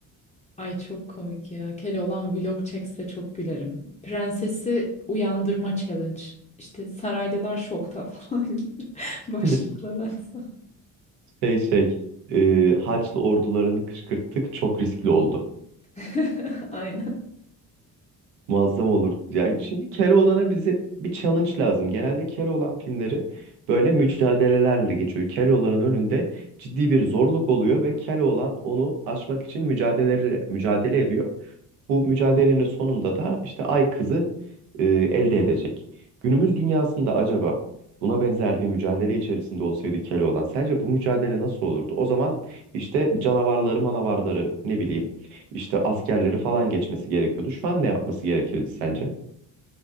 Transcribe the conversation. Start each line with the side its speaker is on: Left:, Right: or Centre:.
Left: Ay çok komik ya. Keloğlan vlog çekse çok gülerim. Prensesi uyandırma challenge. İşte saraylılar şokta falan <laughs> gibi başlıklar
Right: <laughs>
Left: atsa.
Right: Şey şey e, Haçlı ordularını kışkırttık çok riskli oldu.
Left: <laughs> Aynen.
Right: Muazzam olur. Ya şimdi Keloğlan'a bize bir challenge lazım. Genelde Keloğlan filmleri böyle mücadelelerle geçiyor. Keloğlan'ın önünde ciddi bir zorluk oluyor ve Keloğlan onu aşmak için mücadele mücadele ediyor. Bu mücadelenin sonunda da işte Ay Kızı e, elde edecek. Günümüz dünyasında acaba buna benzer bir mücadele içerisinde olsaydı Keloğlan sence bu mücadele nasıl olurdu? O zaman işte canavarları, manavarları ne bileyim işte askerleri falan geçmesi gerekiyordu. Şu an ne yapması gerekirdi sence?